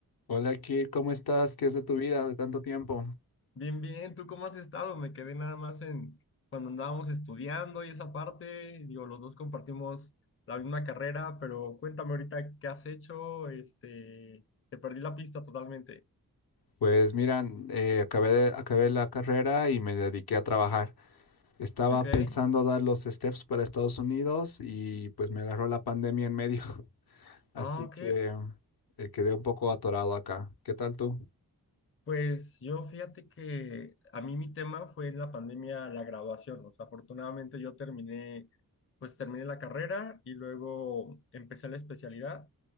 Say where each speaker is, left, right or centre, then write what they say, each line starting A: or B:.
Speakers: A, on the left (about 75°); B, on the left (about 35°).
A: Hola, Kir, ¿cómo estás? ¿Qué es de tu vida de tanto tiempo?
B: Bien, bien, ¿tú cómo has estado? Me quedé nada más en cuando andábamos estudiando y esa parte, digo, los dos compartimos la misma carrera, pero cuéntame ahorita qué has hecho, este, te perdí la pista totalmente,
A: Pues mira, eh, acabé de- acabé la carrera y me dediqué a trabajar. Estaba
B: ¿ok?
A: pensando dar los steps para Estados Unidos y pues me agarró la pandemia en medio, <laughs> así
B: Ah, ok,
A: que eh, quedé un poco atorado acá. ¿Qué tal tú?
B: pues yo fíjate que a mí mi tema fue en la pandemia la graduación, o sea, afortunadamente yo terminé, pues terminé la carrera y luego empecé la especialidad.